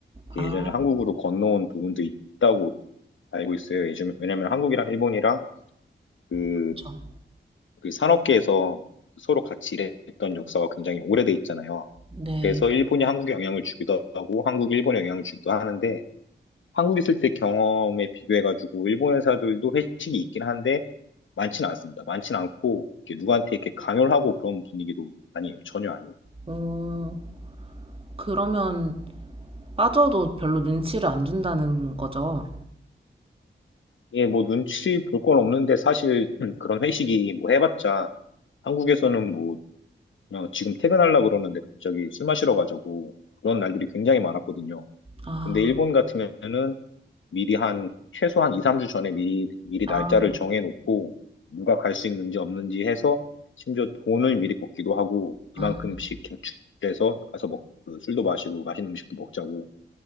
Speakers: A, on the left; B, on the right.
A: 이렇게
B: 아,
A: 예전에 한국으로 건너온 부분도 있다고 알고 있어요. 예전에 왜냐면 한국이랑 일본이랑 그,
B: 그렇죠.
A: 그 산업계에서 서로 같이 일했던 역사가 굉장히 오래돼 있잖아요.
B: 네.
A: 그래서 일본이 한국에 영향을 주기도 하고 한국이 일본에 영향을 주기도 하는데 한국 있을 때 경험에 비교해가지고 일본 회사들도 회식이 있긴 한데 많지는 않습니다. 많지는 않고 이렇게 누구한테 이렇게 강요를 하고 그런 분위기도 아니에요. 전혀 아니에요.
B: 어, 그러면 빠져도 별로 눈치를 안 준다는 거죠?
A: 예, 뭐 눈치 볼 건 없는데 사실 <clears throat> 음, 그런 회식이 뭐 해봤자 한국에서는 뭐 그냥 지금 퇴근하려고 그러는데 갑자기 술 마시러 가자고 그런 날들이 굉장히 많았거든요.
B: 아,
A: 근데 일본 같으면은 미리 한 최소한 2, 3주 전에 미리 미리
B: 아,
A: 날짜를 정해놓고 누가 갈 수 있는지 없는지 해서 심지어 돈을 미리 꽂기도 하고 이만큼씩
B: 아,
A: 저축해서 가서 먹, 그 술도 마시고 맛있는 음식도 먹자고